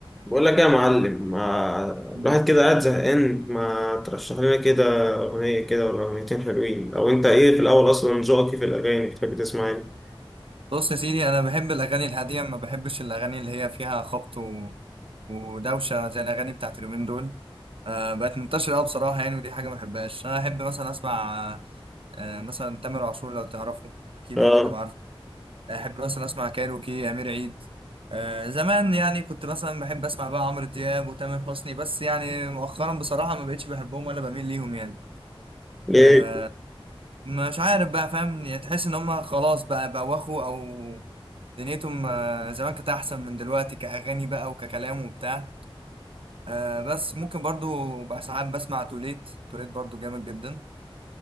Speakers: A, in the centre; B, on the right.
A: بقول لك إيه يا معلم ما
B: مم.
A: الواحد كده قاعد زهقان ما ترشح لنا كده أغنية كده ولا أغنيتين حلوين أو أنت إيه في الأول أصلا ذوقك إيه في الأغاني بتحب تسمع إيه؟
B: بص يا سيدي انا بحب الاغاني الهاديه ما بحبش الاغاني اللي هي فيها خبط و... ودوشه زي الاغاني بتاعت اليومين دول آه بقت منتشره قوي بصراحه يعني ودي حاجه ما بحبهاش انا احب مثلا اسمع آه مثلا تامر عاشور لو تعرفه اكيد
A: آه
B: ممكن تبقى عارفه احب مثلا اسمع كايروكي امير عيد آه زمان يعني كنت مثلا بحب اسمع بقى عمرو دياب وتامر حسني بس يعني مؤخرا بصراحه ما بقتش بحبهم ولا بميل ليهم يعني
A: ليه؟
B: آه، مش عارف بقى فاهم يعني تحس ان هم خلاص بقى بوخوا او دنيتهم آه، زمان كانت احسن من دلوقتي كاغاني بقى وككلام وبتاع آه، بس ممكن برضو بقى ساعات بسمع توليت توليت برضو جامد جدا